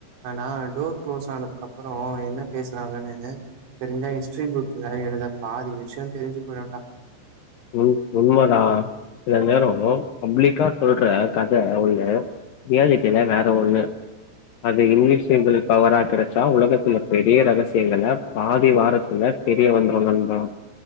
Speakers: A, on the right; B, on the left.
A: ஆனா டோர் க்ளோஸ் ஆனதுக்கு அப்பறோ என்ன பேஸ்றாங்கனு தெரிஞ்சா ஹிஸ்ட்ரி புக்ல எழுத பாதி விஷ்யோ தெரிஞ்சு போய்டோண் டா
B: உண் உண்மதா சில நேரோ பப்ளிக்கா சொல்ற கத ஒன்னு ரியாலிட்டில்ல வேற ஒண்ணு அது இங்கிலீஷ்ன்றத பவரா கெடைச்சா உலகத்துல பெரிய ரகசியோ இல்லங்க பாதி வாரத்துல தெரிய வந்துரு நண்பா